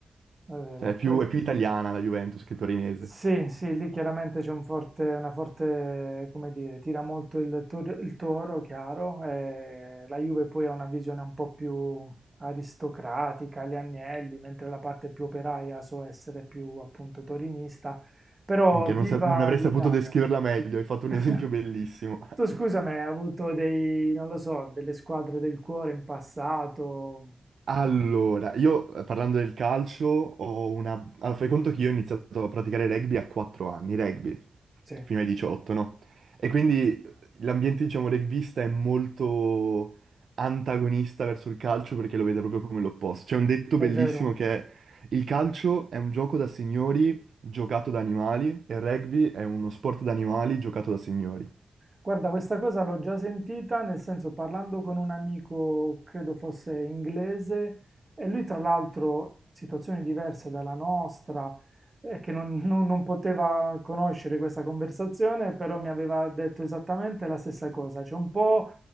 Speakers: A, on the right; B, on the right.
A: È vero,
B: Cioè, è più,
A: quel-
B: è più italiana la Juventus che torinese.
A: Sì, sì, lì chiaramente c'è un forte, una forte, come dire, tira molto il, tor- il toro, chiaro, e la Juve poi ha una visione un po' più aristocratica, gli Agnelli, mentre la parte più operaia so essere più appunto torinista, però
B: Minchia,
A: viva
B: non, sa- non avrei
A: l'Italia!
B: saputo descriverla meglio, hai fatto un
A: <laughs>
B: esempio bellissimo. <laughs>
A: Tu scusami, hai avuto dei, non lo so, delle squadre del cuore in passato?
B: Allora, io eh, parlando del calcio ho una... Allora, fai conto che io ho iniziato a praticare rugby a 4 anni, rugby,
A: Sì,
B: fino ai 18, no? E quindi eh, l'ambiente, diciamo, rugbista è molto antagonista verso il calcio perché lo vede proprio come l'opposto. C'è un detto
A: è
B: bellissimo
A: vero.
B: che è il calcio è un gioco da signori giocato da animali e il rugby è uno sport da animali giocato da signori.
A: Guarda, questa cosa l'ho già sentita, nel senso parlando con un amico, credo fosse inglese, e lui tra l'altro, situazioni diverse dalla nostra, eh, che non, non- non poteva conoscere questa conversazione, però mi aveva detto esattamente la stessa cosa. C'è un po',